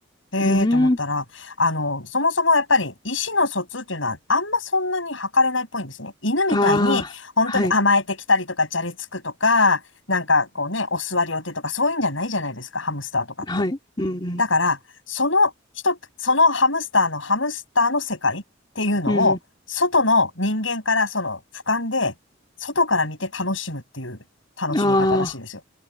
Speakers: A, on the left (about 70°); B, on the left (about 25°).
A: へえと思ったら、
B: うーん。
A: あの、そもそもやっぱり意思の疎通っていうのはあんまそんなに測れないっぽいんですね。犬みたいに本当に甘えてきたりとか、
B: ああ、はい。
A: じゃれつくとか、なんかこうね、お座りお手とかそういうんじゃないじゃないですか、ハムスターとかって。
B: はい。うんうん。
A: だから、その人、そのハムスターのハムスターの世界っていうのを、
B: うんう
A: 外の人間からその俯瞰で、外から見て楽しむっていう楽しみ方らしいですよ。
B: ん。あ